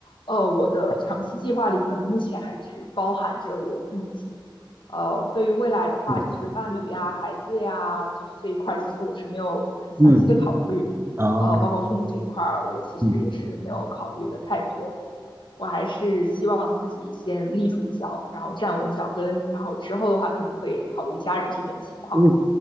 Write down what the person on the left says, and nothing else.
呃，我的长期计划里可能目前还只包含着我自己。呃，对于未来的话，
就是伴侣呀、孩子呀，就是这一块，其实我是没有很详细的考虑。
呃，包括父母这一块我其实也是没有考虑的太多。
我还是希望自己先立住脚，然后站稳脚跟，然后之后的话可能会考虑家人这边的情况。